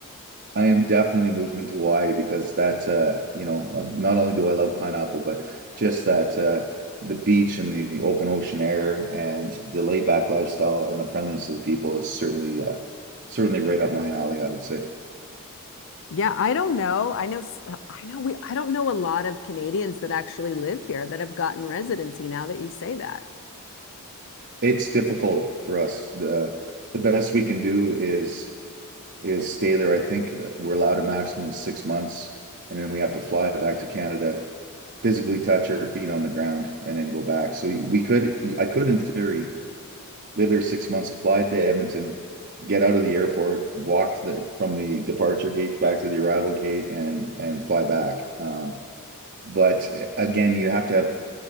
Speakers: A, on the right; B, on the left.
A: I am definitely moving to Hawaii because that, uh, you know, uh, not only do I love pineapple, but just that uh, the beach and the, open ocean air and the laid back lifestyle and the friendliness of the people is certainly, uh, certainly right up my alley, I would say.
B: Yeah, I don't know. I know, s- I know we, I don't know a lot of Canadians that actually live here that have gotten residency now that you say that.
A: It's difficult for us. The, the best we can do is is stay there. I think we're allowed a maximum of six months, and then we have to fly back to Canada, physically touch our feet on the ground, and then go back. So we could, I could, in theory live there six months, fly to Edmonton, get out of the airport, walk to the from the departure gate back to the arrival gate, and and fly back. Um, but uh, again, you have to have